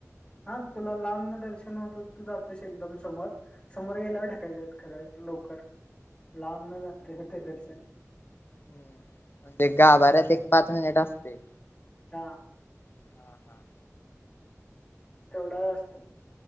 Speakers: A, on the left (about 20°); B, on the left (about 45°).
A: हा तुला लांबन दर्शन होत. तू जातोस एकदम समोर-समोर गेल्यावर ढकलतात खरं. लवकर लांब न जातेल होते दर्शन.
B: ह् म्हणजे गाभऱ्यात एक पाच मिनिट असते.
A: हा
B: हा हा
A: तेवडा असतो.